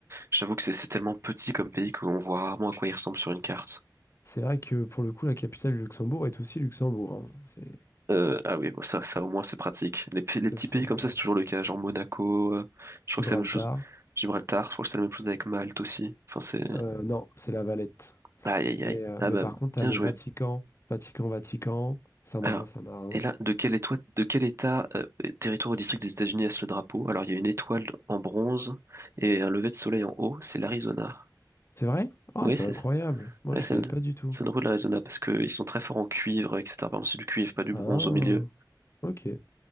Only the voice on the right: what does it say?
J'avoue que c'est c'est tellement petit comme pays qu'on voit rarement à quoi il ressemble sur une carte.
Euh, ah oui, bon, ça, ça au moins c'est pratique. Les, p- les
petits
pays
comme ça, c'est toujours le cas. Genre Monaco, euh, je crois
que c'est la même chose. Gibraltar, je crois que c'est la même chose avec Malte aussi. Enfin, c'est.
Aïe, aïe,
aïe.
Ah
bah,
bien
joué.
Alors,
et là, de quel, étoi- de quel état, euh, territoire ou district des États-Unis est-ce le drapeau? Alors, il y a une étoile en bronze et un lever de soleil en haut, c'est l'Arizona.
Oui,
c'est
ouais,
c'est
le,
c'est le drapeau de l'Arizona parce qu'ils sont très forts en cuivre, etc. Pardon, c'est du cuivre, pas du
bronze au milieu.